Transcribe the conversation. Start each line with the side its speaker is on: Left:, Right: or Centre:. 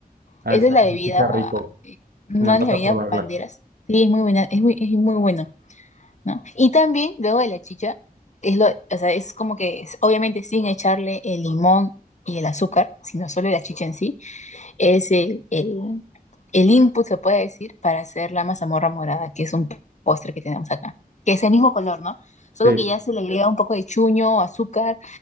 Right: Ah,
Left: Esa
Right: eso,
Left: es la bebida,
Right: se escucha rico.
Left: eh, una
Right: Se me antoja
Left: de las bebidas
Right: probarla.
Left: banderas. Sí, es muy buena, es muy, es muy bueno, ¿no? Y también, luego de la chicha, es lo, o sea, es como que, es- obviamente sin echarle el limón y el azúcar, sino solo la chicha en sí, es el, el, el input, se puede decir, para hacer la mazamorra morada, que es un postre que tenemos acá, que es el mismo color, ¿no? Solo
Right: Sí.
Left: que ya se le agrega un poco de chuño, azúcar,